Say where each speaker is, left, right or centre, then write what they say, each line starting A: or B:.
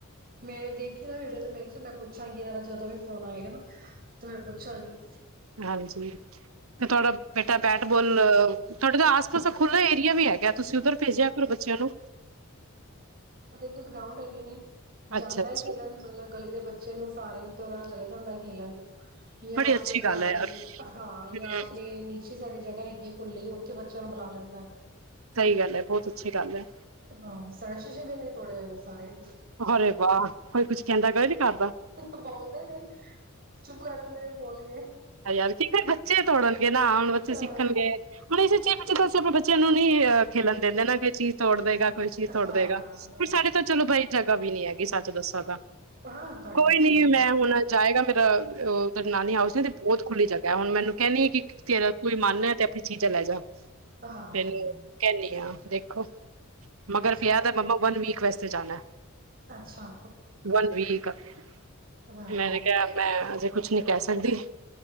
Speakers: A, on the right (about 45°); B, on the right (about 85°).
A: ਮੈਂ ਦੇਖਿਆ ਤੁਹਾਡਾ ਤੇ ਮੈਂ ਕਿਹਾ ਮੈਂ ਪੁੱਛਾਂਗੀ ਇਹਨਾਂ ਦਾ ਜਦੋਂ ਵੀ ਫੋਨ ਆਏਗਾ ਨਾ ਤੇ ਮੈਂ ਪੁੱਛਾਂਗੀ।
B: ਹਾਂਜੀ ਤੇ ਤੁਹਾਡਾ ਬੇਟਾ ਬੈਟ ਬੋਲ ਤੁਹਾਡੇ ਤਾਂ ਆਸ ਪਾਸ ਖੁੱਲ੍ਹਲਾ ਏਰੀਆ ਵੀ ਹੈਗਾ। ਤੁਸੀਂ ਉੱਧਰ ਭੇਜਿਆ ਕਰੋ ਬੱਚਿਆਂ ਨੂੰ।
A: ਇੱਕ ਗਰਾਊਂਡ ਹੈਗੇ ਨੇ
B: ਅੱਛਾ
A: ਜਾਂਦਾ
B: ਅੱਛਾ
A: ਖੇਲਣ ਮਤਲਬ ਗਲੀ ਦੇ ਬੱਚੇ ਚਲੋ ਸਾਰੇ ਤਨਾਂ ਚਲੇ ਜਾਂਦਾ ਖੇਲਣ ਯਾ
B: ਬੜੀ
A: ਆਪਣੇ
B: ਅੱਛੀ ਗੱਲ
A: ਘਰ
B: ਹੈ ਯਾਰ ਹੂੰ,
A: ਹਾਂ ਜਾਂ ਆਪਣੇ ਨੀਚੇ ਸਾਡੇ ਜਾ ਹੈਗੀ ਏ ਖੁੱਲੀ ਉੱਥੇ ਬੱਚਿਆਂ ਨੂੰ ਬੁਲਾ ਲੈਂਦਾ ਹੈ।
B: ਸਹੀ ਗੱਲ ਹੈ ਬਹੁਤ ਅੱਛੀ ਗੱਲ ਹੈ।
A: ਹਾਂ ਸਾਡੇ ਸ਼ੀਸ਼ੇ ਵੀ ਇਨੇ ਤੋੜੇ ਹੋਏ ਨੇ ਸਾਰੇ
B: ਅਰੇ ਵਾਹ ਕੋਈ ਕੁੱਝ ਕਹਿੰਦਾ ਕਦੇ ਨੀ ਕਰਦਾ
A: ਬੋਲਦੇ ਨੇ, ਚੁੱਪ ਕਰ ਦਿੰਦੇ ਨੇ। ਬੋਲ ਗਏ
B: ਯਾਰ ਕੀ ਫੇਰ ਬੱਚੇ ਤੋੜਨਗੇ ਨਾ ਹੁਣ ਬੱਚੇ
A: ਹਾਂ
B: ਸਿੱਖਣਗੇ ਹੁਣ ਇਸ ਪਿੱਛੇ ਆਪਣੇ ਬੱਚੇ ਬੱਚਿਆਂ ਨੂੰ ਨਹੀਂੀ ਅ ਖੇਿਲਣ ਦਿੰਦੇ ਨਾ ਕੋਈ ਚੀਜ਼ ਤੋੜ ਦੇਵੇਗਾ। ਕੋਈ ਚੀਜ਼ ਤੋੜ
A: ਹਾਂ
B: ਦੇਗਾ ਵੀ ਸਾਡੇ ਤਾਂ ਚਲੋ ਬਾਈ ਜਗ੍ਹਾ ਵੀ ਨੀ ਹੈਗੀ ਸਾਡੀ <unintelligible>
A: ਹਾਂ ਤੁਹਾਡੇ
B: ਕੋਈ ਨਹੀਂ
A: ਠੀਕ
B: ਮੈਂ ਹੋਣਾ ਜਾਏਗਾ ਫੇਰ ਉਹ ਨਾਨੀ ਹਾਊਸ ਬਹੁਤ ਖੁੱਲੀ ਜਗ੍ਹਾ ਹੈ ਹੁਣ ਮੈਨੂੰ ਕਹਿਣੀ ਆ ਕਿ ਤੇਰਾ ਕੋਈ ਮਨ ਐ ਤੇ ਆਪਣੀ ਚੀਜ਼ਾਂ ਲੈ ਜਾਓ।
A: ਹਾਂ
B: ਤੈਨੂੰ ਕਹਿਣੀ ਆ ਦੇਖੋ ਮਗਰ
A: ਸਭ
B: ਪਿਆ ਦਾ ਮੰਮਾ ਵਨ ਵੀਕ ਵਸ ਚ ਜਾਣਾ
A: ਅੱਛਾ
B: ਵਨ ਵੀਕ। <inaudible>
A: ਹਾਂ
B: ਮੈਨੇ ਕਿਹਾ ਮੈਂ ਹਜੇ ਕੁਛ ਨੀ- ਕਹਿ ਸਕਦੀ-